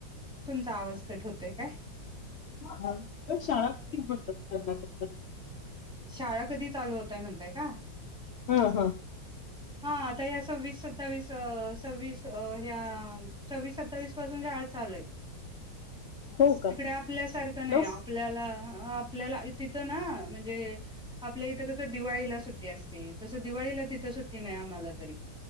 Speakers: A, in the centre; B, on the left.
A: तुमचा आवाज कट होतोय काय?
B: मंग शाळा कधी बंद करणार आहेत. बर.
A: शाळा कधी चालू होतय म्हणताय का?
B: हा हा
A: हा आता ह्या सव्वीस सत्तावीस अ सववीस ह्या सव्वीस सत्तावीस पासून शाळा चालू हायत.
B: हो का
A: तिकडे आपल्यासारखं नाही
B: लव
A: आपल्याला आपल्याला तिथं ना म्हण म्हणजे आपल्या इथं कस दिवाळीला सुट्टी असते तस दिवाळीला तिथं सुट्टी नाही आम्हाला तरी